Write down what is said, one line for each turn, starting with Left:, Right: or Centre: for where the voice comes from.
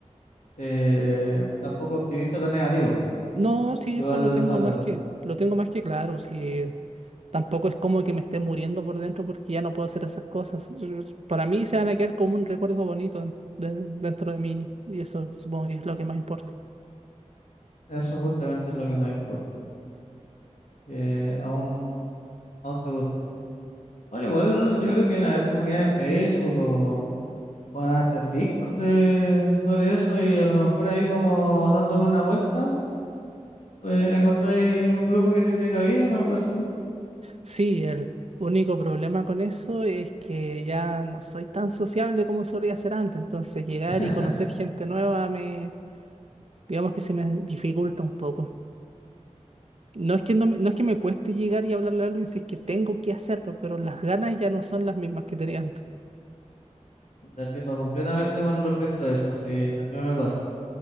Left: eh, tan poco optimista, tan negativo.
Right: No, sí,
Left: Igual
Right: eso lo tengo
Left: pasa
Right: más
Left: la
Right: que,
Left: cosa.
Right: lo tengo más que claro. Sí, tampoco es como que me esté muriendo por dentro porque ya no puedo hacer esas cosas. Para mí se van a quedar como un recuerdo bonito en- de- dentro de mí y eso supongo que es lo que más importa.
Left: Eso justamente es lo que más importa. Que aún, aún te guste. Bueno, igual yo creo que en haber comunidad en Facebook o Bueno, hasta en Discord de- sobre eso y a lo mejor ahí como dándole una vuelta, pues encontráis un grupo que te caiga bien o algo así.
Right: Sí, el único problema con eso es que ya no soy tan sociable como solía ser antes, entonces llegar
Left: <laughs>
Right: y conocer gente nueva me, digamos que se me dificulta un poco. No es que no, me- no es que me cueste llegar y hablarle a alguien si es que tengo que hacerlo, pero las ganas ya no son las mismas que tenía antes.
Left: No Te entiendo completamente con respecto a eso, sí, también me pasa.